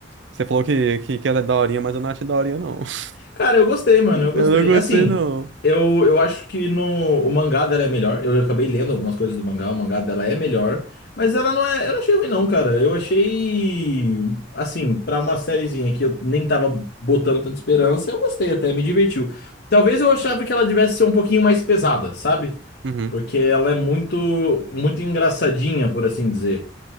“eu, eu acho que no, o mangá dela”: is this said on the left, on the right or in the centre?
Left